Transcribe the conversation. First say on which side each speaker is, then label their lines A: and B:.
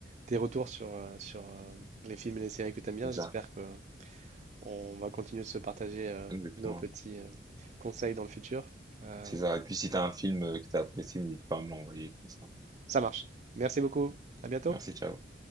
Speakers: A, on the right; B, on the right.
A: tes retours sur, euh, sur euh, les films et les séries que tu aimes bien.
B: C'est
A: J'espère
B: ça,
A: que On va continuer de se partager euh,
B: exactement.
A: nos petits euh, conseils dans le futur. Euh,
B: C'est ça. Et puis si t'as un film euh, que t'as apprécié, n'hésite pas à me l'envoyer comme ça.
A: ça marche. Merci beaucoup. À bientôt.
B: Merci, ciao.